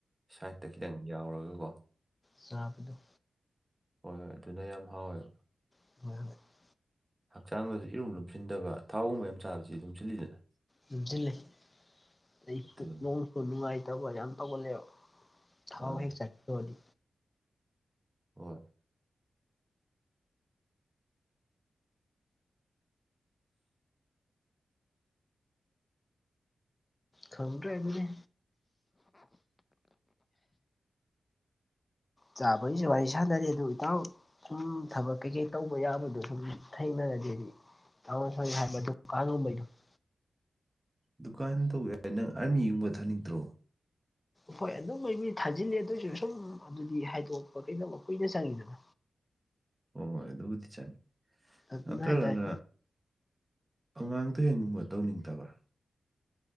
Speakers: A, on the right (about 20°); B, on the left (about 20°).
A: ꯁꯥꯏꯠꯇ ꯈꯤꯇꯪ ꯌꯥꯎꯔꯒꯀꯣ
B: ꯆꯥꯕꯤꯗꯣ
A: ꯍꯣꯏ ꯍꯣꯏ ꯑꯗꯨꯅ ꯌꯥꯝ ꯍꯥꯎꯋꯦꯕ
B: <inaudible>
A: ꯍꯛꯆꯥꯡꯗꯁꯨ ꯏꯔꯨꯝ ꯂꯨꯝꯁꯤꯟꯗꯕ ꯊꯥꯎꯒꯨꯝꯕ ꯌꯥꯝ ꯆꯥꯕꯁꯤ ꯂꯨꯝꯁꯤꯜꯂꯤꯗꯅ
B: ꯂꯨꯝꯁꯤꯜꯂ‌ꯦ ꯑꯩ
A: ꯑꯗꯨꯅꯤ
B: ꯄꯨꯛꯅ‌ꯣꯡꯁꯨ ꯅꯨꯡꯉꯥꯏꯇꯕ ꯌꯥꯝ ꯇꯧꯒꯜꯂ‌ꯦꯕ ꯊꯥꯎ
A: ꯑꯥ
B: ꯍꯦꯛ ꯆꯥꯇ‌ꯣꯔꯗꯤ
A: ꯍꯣꯏ
B: ꯈꯪꯗ꯭ꯔꯦ ꯑꯗꯨꯗꯤ ꯆꯥꯕꯩꯁꯨ ꯋꯥꯔꯤ ꯁꯥꯟꯅꯔꯤ ꯑꯗꯨ ꯏꯇꯥꯎ ꯁꯨꯝ ꯊꯕꯛ ꯀꯩꯀꯩ ꯇꯧꯕ ꯌꯥꯕꯗꯣ ꯁꯨꯝ ꯊꯩꯅꯔꯗꯤꯗꯤ <inaudible>
A: ꯗꯨꯀꯥꯟ ꯇꯧꯕ ꯌꯥꯏ ꯅꯪ ꯑꯥꯔꯃꯤ ꯒꯨꯝꯕ ꯊꯥꯅꯤꯡꯗ꯭ꯔꯣ
B: ꯍꯣꯏ ꯑꯗꯨꯝꯕꯩꯕꯨꯗꯤ ꯊꯥꯖꯤꯜꯂ‌ꯦ ꯑꯗꯨꯏꯁꯨ ꯁꯨꯝ ꯑꯗꯨꯗꯤ ꯍꯥꯏꯗꯣꯛꯄ ꯀꯩꯗꯧꯕ ꯀꯨꯏꯅ ꯆꯪꯉꯤꯗꯅ
A: ꯑꯣ ꯍ‌ꯣꯏ ꯑꯗꯨꯕꯨꯗꯤ ꯆꯪꯉꯤ
B: ꯑꯗꯨꯅ
A: ꯅꯠꯇ꯭ꯔꯒꯅ
B: ꯍꯥꯏꯇꯥꯔꯦ
A: ꯑꯉꯥꯡ ꯇꯨꯏꯁꯟꯒꯨꯝꯕ ꯇꯧꯅꯤꯡꯇꯕ꯭ꯔ